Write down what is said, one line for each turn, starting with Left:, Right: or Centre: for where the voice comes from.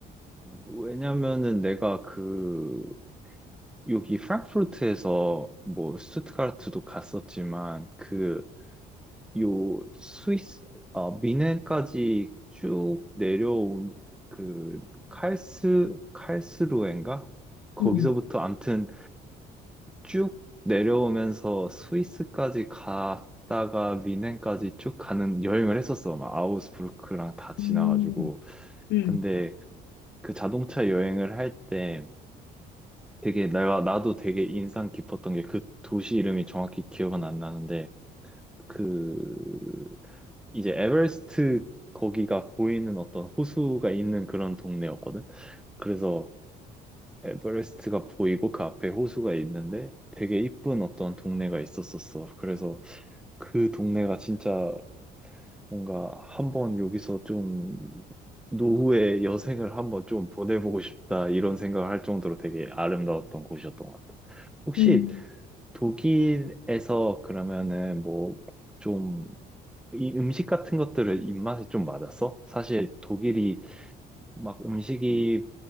Centre: 왜냐면은 내가 그, 여기 프랑크푸르트에서 뭐 슈투트가르트도 갔었지만 그 요 스위스 아 미넨까지 쭉 내려온 그 칼스 칼스루엔가 거기서부터
Left: 음.
Centre: 암튼 쭉 내려오면서 스위스까지 갔다가 미넨까지 쭉 가는 여행을 했었어. 막 아우스부르크랑 다 지나가지고.
Left: 음. 음.
Centre: 근데 그 자동차 여행을 할때 되게 내가 나도 되게 인상 깊었던 게 그 도시 이름이 정확히 기억은 안 나는데 그 이제 에베레스트 거기가 보이는 어떤 호수가 있는 그런 동네였거든. 그래서 에베레스트가 보이고 그 앞에 호수가 있는데 되게 이쁜 어떤 동네가 있었었어. 그래서 그 동네가 진짜 뭔가 한번 여기서 좀 노후의 여생을 한번 좀 보내보고 싶다 이런 생각을 할 정도로 되게 아름다웠던 곳이었던 것 같아. 혹시
Left: 음.
Centre: 독일에서 그러면은 뭐 좀 이 음식 같은 것들을 입맛에 좀 맞았어? 사실 독일이 막 음식이